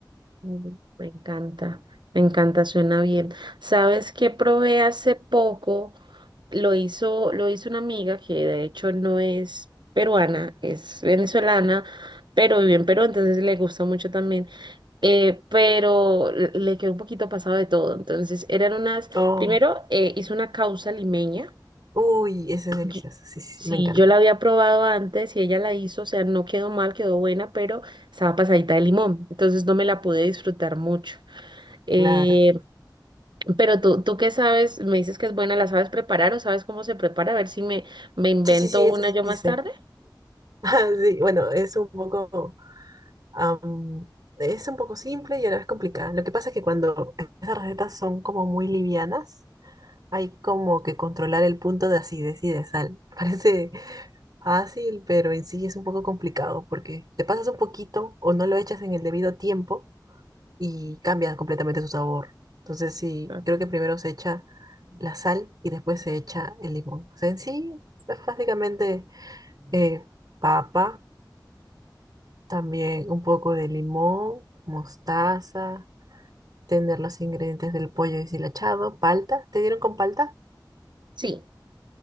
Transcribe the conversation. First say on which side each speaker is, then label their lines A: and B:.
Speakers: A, on the right (about 70°); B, on the right (about 55°).
A: mm, me encanta, me encanta, suena bien. ¿Sabes qué probé hace poco? Lo hizo, lo hizo una amiga que de hecho no es peruana, es venezolana, pero vive en Perú, entonces le gusta mucho también. Eh, pero le le quedó un poquito pasado de todo. Entonces eran unas,
B: Oh,
A: primero eh, hizo una causa limeña
B: uy, esa es deliciosa.
A: yo-
B: Sí, sí,
A: sí,
B: sí, me encanta.
A: yo la había probado antes y ella la hizo, o sea, no quedó mal, quedó buena, pero estaba pasadita de limón, entonces no me la pude disfrutar mucho. Eh,
B: Claro.
A: pero tú, tú qué sabes, me dices que es buena, ¿la sabes preparar o sabes cómo se prepara? A ver si me, me invento
B: Sí, sí, sí,
A: una
B: eso sí,
A: yo
B: sí
A: más
B: sé.
A: tarde.
B: <laughs> Ah, Sí, bueno, es un poco, am, es un poco simple y a la vez complicada. Lo que pasa es que cuando esas recetas son como muy livianas, hay como que controlar el punto de acidez y de sal. <laughs> Parece fácil, pero en sí es un poco complicado porque te pasas un poquito o no lo echas en el debido tiempo y cambia completamente su sabor. Entonces sí,
A: Ah,
B: creo que primero se echa la sal y después se echa el limón. O sea, en sí es básicamente eh, papa, también un poco de limón, mostaza, tener los ingredientes del pollo deshilachado, palta. ¿Te dieron con palta?
A: Sí,